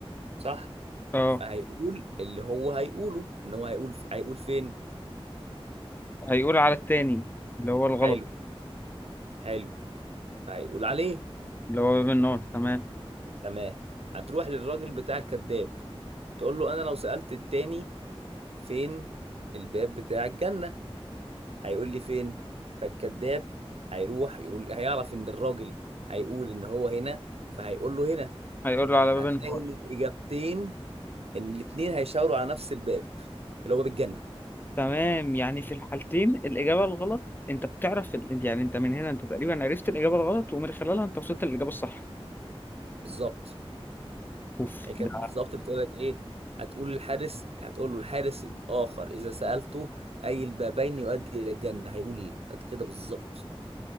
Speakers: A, on the right (about 80°); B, on the left (about 20°).
A: صح
B: اه
A: فهيقول اللي هو هيقوله ان هو هيقول هيقول فين
B: هيقول على التاني اللي هو الغلط
A: حلو حلو فهيقول عليه
B: اللي هو باب النار تمام
A: تمام هتروح للراجل بتاع الكذاب تقول له انا لو سألت التاني فين الباب بتاع الجنة هيقول لي فين فالكذاب هيروح يقول هيعرف ان الراجل هيقول ان هو هنا فهيقول له هنا
B: هيقول له على باب
A: فهتلاقي
B: النار
A: ان الاجابتين ان الاثنين هيشاوروا على نفس الباب اللي هو باب الجنه
B: تمام يعني في الحالتين الإجابة الغلط انت بتعرف ال... يعني انت من هنا انت تقريبا عرفت الإجابة الغلط ومن خلالها انت وصلت للإجابة الصح
A: بالظبط
B: اوف
A: هي كانت
B: ده
A: بالظبط بتقول لك ايه هتقول للحارس هتقول له الحارس الاخر اذا سالته اي البابين يؤدي الى الجنه هيقول ايه كانت كده بالظبط